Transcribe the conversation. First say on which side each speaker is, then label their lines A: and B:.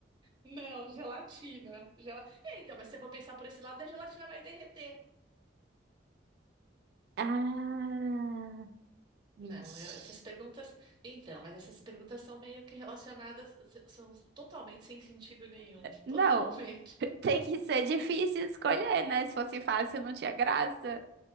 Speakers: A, on the right; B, on the right.
A: Não, gelatina. Gela... É, Então, mas se você for pensar por esse lado, a gelatina vai derreter.
B: Ah, vixe.
A: Não, eu- essas perguntas. Então, mas essas perguntas são meio que relacionadas, s- são totalmente sem sentido nenhum. <laughs>
B: Não,
A: Totalmente.
B: <laughs> tem que ser difícil escolher, né? Se fosse fácil, não tinha graça.